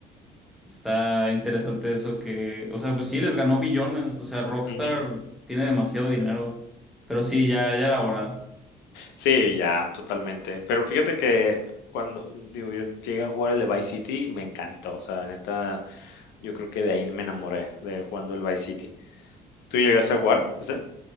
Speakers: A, in the centre; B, on the left (about 80°).
A: Está interesante eso que, o sea, pues sí les ganó billones, o sea, Rockstar
B: ujú.
A: tiene demasiado dinero, pero sí, ya, ya era hora.
B: Sí, ya, totalmente. Pero fíjate que cuando, digo, yo llegué a jugar el de Vice City me encantó. O sea, neta, yo creo que de ahí me enamoré de jugando el Vice City. ¿Tú llegaste a jugar ese?